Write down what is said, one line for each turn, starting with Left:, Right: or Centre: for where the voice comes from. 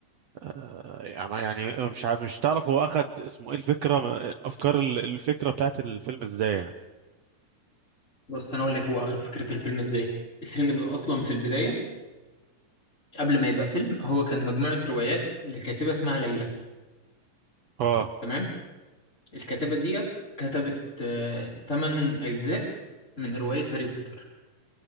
Right: آه، يعني يعني مش عارف مش تعرف هو اخد اسمه ايه الفكره افكار ال- الفكره بتاعت الفيلم ازاي يعني
Left: بص انا اقول لك هو اخد فكره الفيلم ازاي الفيلم ده اصلا في البدايه قبل ما يبقى فيلم هو كان مجموعه روايات لكاتبه اسمها ليلى
Right: اه
Left: تمام الكاتبة ديت كتبت آه، تمن أجزاء من رواية هاري بوتر